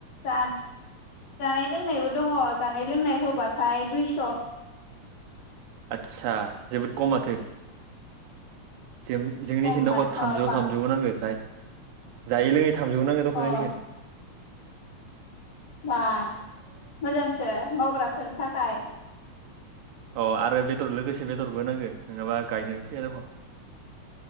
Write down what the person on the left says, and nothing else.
जानाय लोंनायबो दङ जा जानाय लोंनाय होबाथाय दुइस'
खममोन
अ बां
अ बा मोजांसो मावग्राफोरनि थाखाय